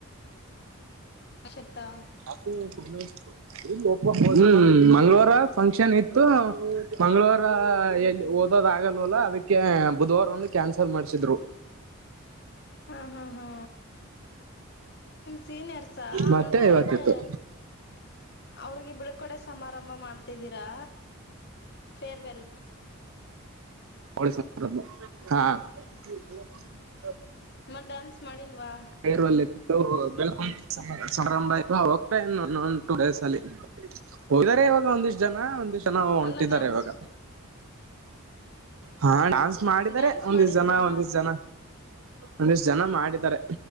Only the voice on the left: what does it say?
<inaudible>
ಹಾ ಹಾ ಹಾ. ಸೀನಿಯರ್ಸ
ಅಂದ್ರೆ ಅವ್ರಿಗೆ
ಅವ್ರಿಗೆ ಬಿಳ್ಕೊಡೊ ಸಮಾರಂಭ ಮಾಡ್ತಿದ್ದೀರಾ. ಫೇರ್ವೆೆಲ್.
ಮತ್ತ ಡಾನ್ಸ್ ಮಾಡಿಲ್ವಾ.
ಅಲ್ಲ ಡ್ಯಾನ್ಸ್
ಡ್ಯಾನ್ಸ್
ಮಾಡಿಲ್ವಾ